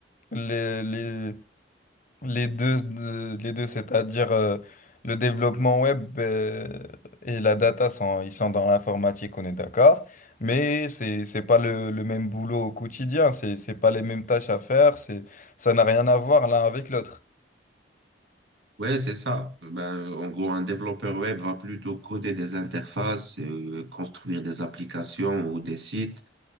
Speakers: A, on the left; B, on the right.
A: les, les- Les deux, de- les deux, c'est-à-dire euh, le développement web euh, et la data, sont, ils sont dans l'informatique, on est d'accord, mais c'est, c'est pas le, le même boulot au quotidien, c'est, c'est pas les mêmes tâches à faire, c'est, ça n'a rien à voir l'un avec l'autre.
B: ouais, c'est ça. Ben, en gros, un développeur web va plutôt coder des interfaces, euh, construire des applications ou des sites.